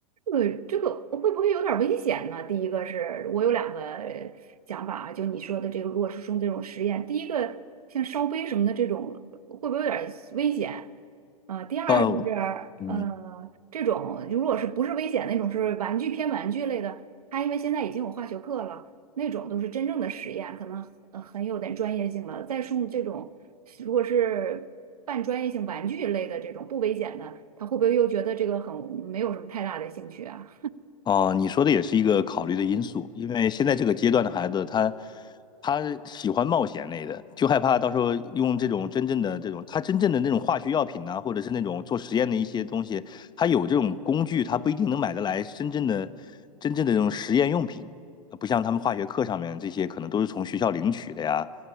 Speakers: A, on the right; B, on the left.
A: 呃，这个会不会有点危险呢？第一个是我有两个想法啊，就你说的这个，如果是用这种实验，第一个像烧杯什么的这种，会不会有点危险？呃，第二就是呃，
B: 哦，嗯。
A: 这种如果是不是危险那种是玩具偏玩具类的，它因为现在已经有化学课了，那种都是真正的实验，可能呃很有点专业性了。再送这种，如果是半专业性玩具类的这种不危险的，他会不会又觉得这个很没有什么太大的兴趣啊？
B: 哦，你说的也是一个考虑的因素，因为现在这个阶段的孩子，他他喜欢冒险类的，就害怕到时候用这种真正的这种，他真正的那种化学药品呐、或者是那种做实验的一些东西，他有这种工具，他不一定能买得来真正的真正的这种实验用品，不像他们化学课上面这些可能都是从学校领取的呀，